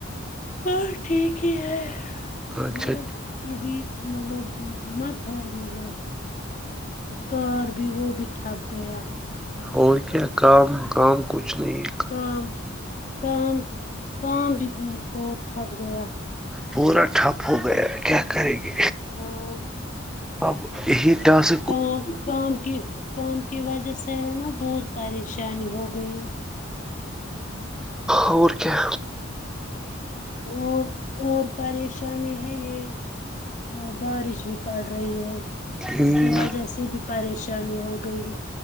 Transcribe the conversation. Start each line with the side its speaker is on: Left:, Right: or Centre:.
Left: اور ٹھیک ہی ہے
Centre: اچھا
Left: مگر
Centre: ٹھیک
Left: ابھی مطلب مت ہے مطلب کار بھی وہ بھی ٹھپ گیا
Centre: اور کیا کام کام کچھ نہیں
Left: کام کام کام بھی اور تھٹھپ گیا
Centre: پورا ٹھپ ہو گیا کیا کریں گے
Left: ہاں
Centre: اپ کو یہی انداز
Left: کام کام کی کام کی وجہ سے ہے نا بہت پریشانی ہو گئی
Centre: اور کیا
Left: اور اور پریشانی ہے یہ ہاں بارش بھی پڑ رہی ہے
Centre: ہ
Left: اس کی وجہ سے بھی پریشانی ہو گئی